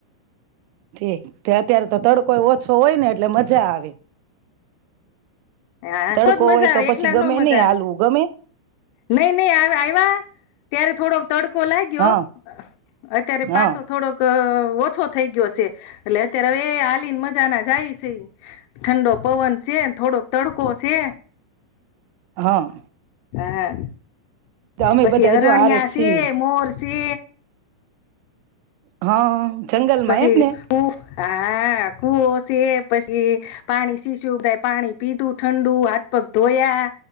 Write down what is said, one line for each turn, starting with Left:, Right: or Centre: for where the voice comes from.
Right: ઠીક તે અત્યારે તો તડ કોઈ ઓછો હોય ને એટલે મ જા આવે.
Left: હા
Right: તડકો
Left: તો જ મજા
Right: હોય
Left: આવે
Right: તો પછી
Left: એકલા
Right: ગમે
Left: ન મજા
Right: નઈ
Left: આવે.
Right: હાલવું ગમે
Left: નઈ નઈ આવે આવ્યા ત્યારે થોડોક તડકો લાગ્યો
Right: હા
Left: અત્યારે
Right: હા
Left: પાછો થોડોક અ ઓછો થઈ ગયો શે. એટલે અત્યારે હવે એ હાલીને મજા ના જાય છે ઠંડો પવન છેને થોડોક તડકો શે.
Right: હા.
Left: હે હે.
Right: તો અમે
Left: પછી
Right: બધા
Left: હરણિયા
Right: જો હારે જ છીએ
Left: છે, મોર તે.
Right: હા. જંગલમાં
Left: પછી
Right: એમ ને
Left: હા કુઓ છે પછી પાણી શી સુું સ પાણી પી દું ઠંડુ હાથ પગ ધોયા.